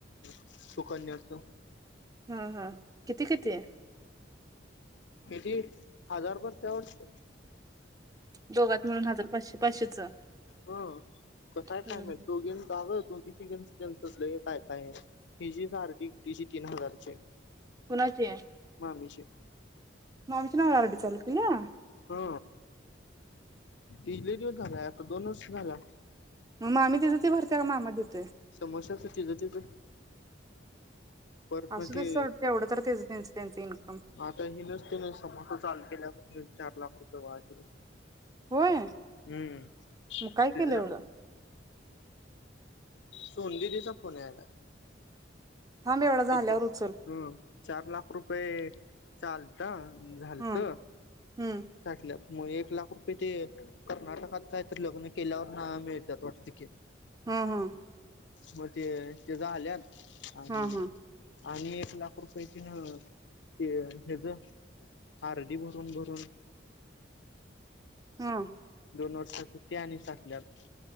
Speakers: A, on the left (about 70°); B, on the right (about 20°).
A: सुकन्या च
B: हा हा किती किती आहे?
A: किती हजार भरतीया वाटत.
B: दोघत मिळून हजार पाचशे पाचशेच.
A: हा कस हाय
B: हम्म.
A: काय माहित आहे. दोघी दोघी तिघीनच -- तेनचच लय काय काय हाय. हिजीच आर डी एकटीची तीन हजार ची आहे.
B: कुणाची आहे
A: मामीची
B: मामीच नाव आडीच <unintelligible>
A: हा तिले किती दिवस झालाय. आता दोन वर्ष झालं असतील.
B: मामी तिज तिझ ती भरतीया की मामा देतोय.
A: समोशाच तिचं तिचं परत
B: आसूदे
A: मग ते
B: सोड तेवढ तरी तेंच त्यांच इन --
A: आता हे नसते नाही समोस चालू केल्या होय. चार लाख रुपये वाया गेले.
B: होय
A: हम्म
B: म काय
A: तिचा
B: केल येवढ!
A: सोनू दिदिचा फोन यालाय.
B: थांब एवढा झाल्यावर
A: च्या
B: उचल.
A: हम् चार लाख रुपये -- चालत झालत
B: हं हं
A: साठल्या -- मग एक लाख रुपये ते कर्नाटकातय तर लग्न केल्यावर ना मिळतात वाटते की.
B: हं हं
A: मग ते ते झाल्यात. आणि
B: हं हं
A: आणि एक लाख रुपयया कि ते हच आरडी भरून भरून
B: ह
A: दोन वर्षाच ते आणि साठल्यात.